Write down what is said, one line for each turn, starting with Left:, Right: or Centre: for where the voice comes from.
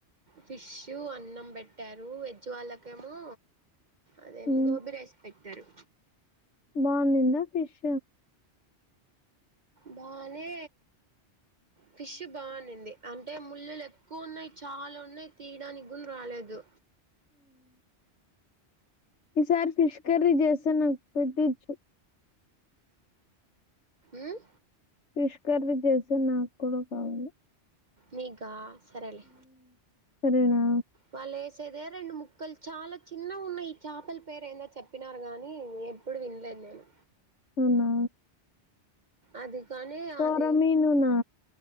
Right: ఫిష్ అన్నం పెట్టారు వెజ్ వాళ్లకేమో అదే
Left: ఉమ్,
Right: గోబి రైస్ పెట్టి తేరు
Left: బాగునిందా ఫిష్
Right: బా నే ఫిష్ బాగునింది అంటే ముల్లులు ఎక్కువ ఉన్నాయి చాలా ఉన్నాయి తీయడానికి గు రాలేదు
Left: ఈ సారి ఫిష్ కర్రీ చేసినా పెట్టిచ్చు
Right: ఉమ్
Left: ఫిష్ కర్రీ చేసే నాకు కూడా కావాలి
Right: నీకా సరే లే
Left: సరే నా
Right: వాళ్లే సరే రెండు ముక్కలు చాలా చిన్న ఉన్నాయి ఈ చేపల పేరు ఏందో చెప్పినారు గాని ఎప్పుడు వినలేదు నేను
Left: అవునా
Right: అది కానీ
Left: కొరమీను
Right: అది
Left: నా